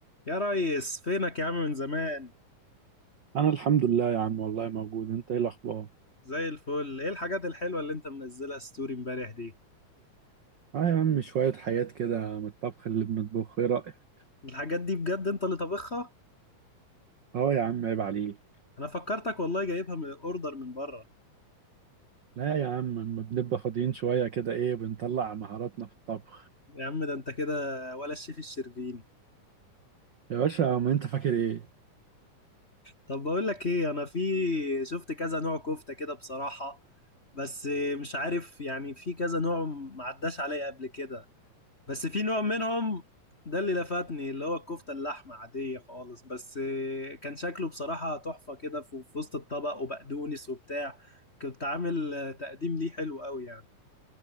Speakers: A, on the left; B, on the right.
A: يا ريس فينك يا عم من زمان
B: انا الحمد لله يا عم والله موجود انت ايه الاخبار
A: زي الفل ايه الحاجات الحلوة اللي انت منزلها ستوري امبارح دي
B: اه يا عم شوية حاجات كده من الطبخ اللي بنطبخه ايه رأيك
A: الحاجات دي بجد انت اللي طبخها
B: اه يا عم عيب عليك
A: انا فكرتك والله جايبها من اوردر من بره
B: لا يا عم لما بنبقى فاضيين شوية كده ايه بنطلع مهاراتنا في الطبخ
A: يا عم ده انت كده ولا الشيف الشربيني
B: يا باشا ما انت فاكر ايه
A: طب بقول لك ايه انا في شفت كذا نوع كفتة كده بصراحة بس مش عارف يعني في كذا نوع معداش عليا قبل كده بس في نوع منهم ده اللي لفتني اللي هو الكفتة اللحمة عادية خالص بس آه، كان شكله بصراحة تحفة كده في في وسط الطبق وبقدونس وبتاع كنت عامل آه، تقديم ليه حلو قوي يعني